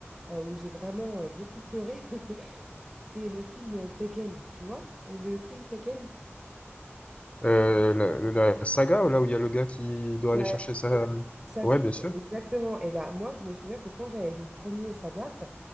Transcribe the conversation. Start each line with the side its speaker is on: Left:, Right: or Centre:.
Right: euh, où j'ai vraiment euh, beaucoup pleuré, <laughs> c'est le film Taken, tu vois, le film Taken.
Left: Euh, la, la saga, là où il y a le gars qui doit
Right: Ouais,
Left: aller chercher sa...
Right: sa
Left: Ouais,
Right: fille,
Left: bien sûr.
Right: exactement. Et ben moi, je me souviens que quand j'avais vu le premier, ça date,